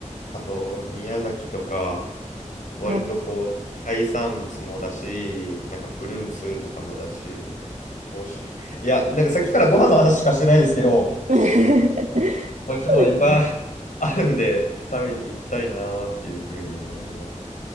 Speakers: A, on the left; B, on the right.
A: あと、宮崎とか、割とこう、
B: はい
A: 海産物もだし、なんかフルーツとかもだし、美味しい。いや、なんかさっきからご飯の話しかしてないですけど、
B: <laughs> そ
A: 美味しいものいっぱい
B: うですね。
A: あるんで、食べに行きたいなーっていうふうに思います。